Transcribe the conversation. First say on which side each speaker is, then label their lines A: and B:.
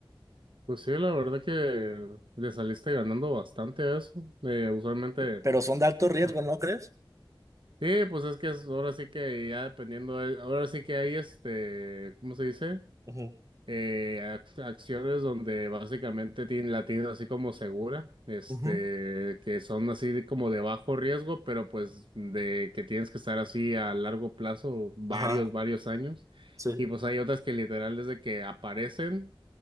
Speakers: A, on the right; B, on the right.
A: Pues sí, la verdad que le saliste ganando bastante a eso. Eh, usualmente.
B: Pero son de alto riesgo,
A: ah,
B: ¿no crees?
A: Sí, pues es que es- ahora sí que ya dependiendo. de- ahora sí que hay este. ¿Cómo se dice?
B: Ujú.
A: eh, ac- acciones donde básicamente tienen, la tienen así como segura, este,
B: Ujú,
A: que son así de- como de bajo riesgo, pero pues de que tienes que estar así a largo plazo, varios,
B: Ajá,
A: varios años.
B: sí.
A: Y pues hay otras que literal desde que aparecen